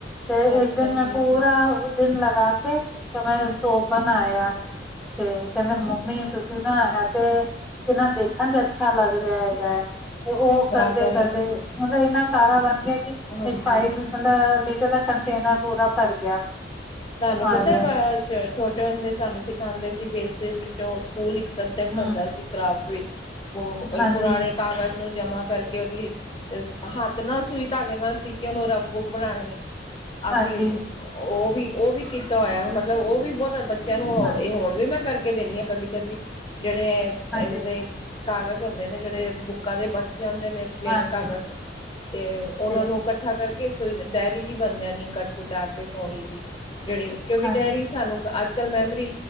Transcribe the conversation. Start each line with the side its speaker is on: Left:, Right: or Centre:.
Centre: ਤੇ
Left: ਅੱਛਾ
Centre: ਇੱਕ ਦਿਨ ਮੈਂ
Left: ਜੀ।
Centre: ਪੂਰਾ ਦਿਨ ਲਗਾ ਕੇ ਤੇ ਮੈਂ ਸੋਪ ਬਣਾਇਆ। ਤੇ ਕਹਿੰਦੇ ਮੰਮੀ ਤੁਸੀਂ ਨਾ ਇਹ ਤੇ ਕਿੰਨਾ ਦੇਖਣ 'ਚ ਅੱਛਾ ਲੱਗ ਰਿਹਾ ਹੈਗਾ ਹੈ। ਤੇ ਉਹ
Left: ਬਰਾਬਰ
Centre: ਕਰਦੇ ਕਰਦੇ
Left: ਹੈ
Centre: ਮਤਲਬ ਇਨਾ ਸਾਰਾ ਬਣ ਗਿਆ ਕਿ
Left: ਹਾਂਜੀ
Centre: ਇਕ ਫਾਈਵ ਮਤਲਬ ਲੀਟਰ ਦਾ ਕੰਟੇਨਰ ਪੂਰਾ ਭਰ ਗਿਆ।
Left: ਸਾਨੂੰ ਪਤਾ
Centre: ਔਰ
Left: ਛੋਟੇ ਹੁੰਦੇ ਸਾਨੂੰ ਸਿਖਾਉਦੇ ਸੀ ਵੇਸਟੇਜ ਵਿਚੋ ਸਕੂਲ ਇਕ ਸਬਜੈਕਟ
Centre: ਹੂੰ,
Left: ਹੁੰਦਾ ਸੀ ਕਰਾਫਟ ਵਿਚ
Centre: ਹਾਂਜੀ-ਹਾਂਜੀ,
Left: ਪੁਰਾਣੇ ਕਾਗਜ਼ ਨੂੰ ਜਮ੍ਹਾਂ ਕਰਕੇ ਉਹਦੀ- ਹੱਥ ਨਾਲ ਸੂਈ ਧਾਗੇ ਨਾਲ ਸੀ ਕੇ ਉਹਨੂੰ ਰਫ ਬੁਕ ਬਣਾਉਣੀ ਅਸੀ
Centre: ਹਾਂਜੀ,
Left: ਉਹ ਵੀ ਉਹ ਵੀ ਕੀਤਾ ਹੋਇਆ ਮਤਲਬ ਉਹ ਵੀ ਬਹੁਤਾ ਬੱਚਿਆਂ ਨੂੰ
Centre: ਹਾਂਜੀ,
Left: ਇਹ ਹੁਣ ਵੀ ਮੈਂ ਕਰਕੇ ਦੇਣੀ ਹਾਂ ਕਦੀ- ਕਦੀ ਜਿਹੜੇ
Centre: ਹਾਂਜੀ
Left: ਇਹਦੇ ਕਾਗਜ਼ ਹੁੰਦੇ ਨੇ ਜਿਹੜੇ ਬੁੱਕਾਂ ਦੇ ਬਚ ਜਾਂਦੇ ਨੇ ਪਲੇਨ
Centre: ਹਾਂਜੀ
Left: ਕਾਗਜ਼ ਤੇ ਉਹਨਾਂ
Centre: ਤੇ
Left: ਨੂੰ ਕੱਟ ਇਕੱਠਾ ਕਰਕੇ ਸੋਈ ਡਾਇਰੀ ਜਿ ਬਣ ਜਾਣੀ ਕੱਟ ਕੁਟਾ ਕੇ ਸੋਹਣੀ ਜੀ ਜਿਹੜੀ ਕਿਉਂਕਿ
Centre: ਹਾਂਜੀ।
Left: ਡੇਅਰੀ ਸਾਨੂੰ ਅੱਜ ਕੱਲ ਮੈਮਰੀ